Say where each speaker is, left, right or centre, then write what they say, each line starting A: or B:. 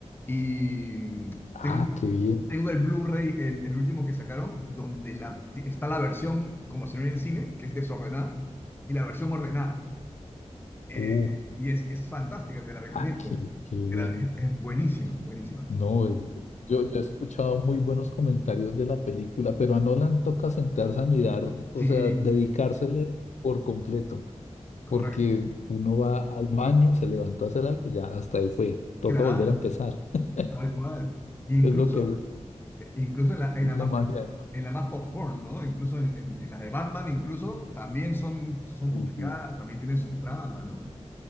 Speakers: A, on the left; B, on the left.
A: Y
B: Ah,
A: tengo,
B: qué bien.
A: tengo el Blu-ray, el, el último que sacaron, donde la, está la versión, como se ve en el cine, que es desordenada, y la versión ordenada. Eh,
B: Uh,
A: y es, es fantástica, te la recomiendo.
B: ah, qué, qué bueno.
A: Era- Es, es buenísima, buenísima.
B: No, es- yo, yo he escuchado muy buenos comentarios de la película, pero a Nolan toca sentarse a mirar, o
A: Sí,
B: sea, dedicársele por completo.
A: correcto.
B: porque uno va al baño, se levantó a hacer algo, ya hasta ahí fue, toca
A: Claro,
B: volver a empezar. <laughs>
A: tal cual. E Incluso,
B: Es lo que es
A: incluso en la, en
B: la
A: la más,
B: magia de Noche.
A: en la más popcorn, ¿no? Incluso en, en- en las de Batman, incluso también son, son
B: Sí,
A: complicadas,
B: sí.
A: también tienen su trama, ¿no?